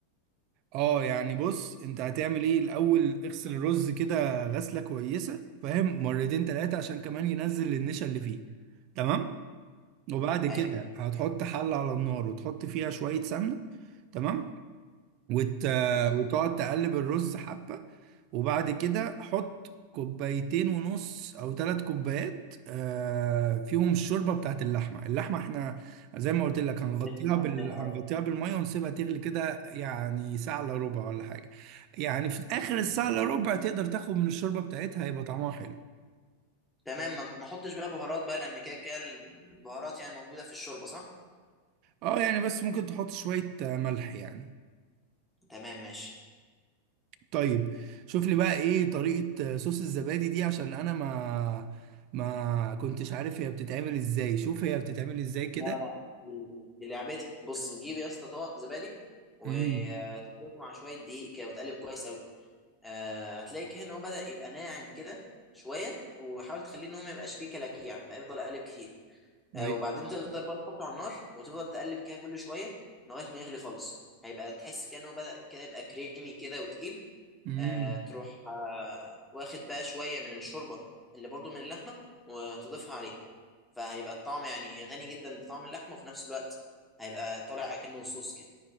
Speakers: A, on the right; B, in the centre.
A: اه يعني بص انت هتعمل ايه الاول اغسل الرز كده غسله كويسه فاهم مرتين تلاتة عشان
B: مم.
A: كمان ينزل النشا اللي فيه تمام وبعد كده
B: ايوه
A: هتحط حله على النار وتحط فيها شويه سمنه تمام وت...
B: امم
A: وتقعد تقلب الرز حبة وبعد كده حط كوبايتين ونص او ثلاث كوبايات آه، فيهم الشوربة بتاعت اللحمة اللحمة احنا زي ما قلت لك هنغطيها
B: اللي احنا
A: بال...
B: عملناه
A: هنغطيها بالمية ونسيبها تغلي كده يعني ساعة الا ربع ولا حاجة يعني في اخر الساعة
B: اه
A: الا ربع تقدر تاخد من الشوربة بتاعتها هيبقى طعمها حلو
B: تمام ما ما احطش بقى بهارات بقى لان كده كده البهارات يعني موجوده في الشوربه صح
A: اه يعني بس ممكن تحط شوية آه، ملح يعني
B: تمام ماشي
A: طيب شوف لي بقى ايه طريقة صوص الزبادي دي عشان انا ما ما كنتش عارف هي بتتعمل ازاي شوف هي بتتعمل ازاي كده
B: لا لا دي دي لعبتي بص بتجيب يا اسطى طبق زبادي وتخلطه
A: امم
B: مع شويه دقيق كده وتقلب كويس قوي آه هتلاقي كده ان هو بدا يبقى ناعم كده شويه وحاول تخليه ان هو ما يبقاش فيه كلاكيع فيفضل قالب كتير آه
A: ايوه
B: وبعدين تقدر بقى تحطه على النار وتفضل تقلب كده كل شويه لغايه ما يغلي خالص هيبقى تحس كده ان هو بدا كده يبقى كريمي كده وتقيل
A: امم
B: آه تروح آه واخد بقى شوية من الشوربة اللي برضو من اللحمة وتضيفها عليه فهيبقى الطعم يعني غني جدا بطعم اللحمة وفي نفس الوقت هيبقى طالع أكنه صوص كده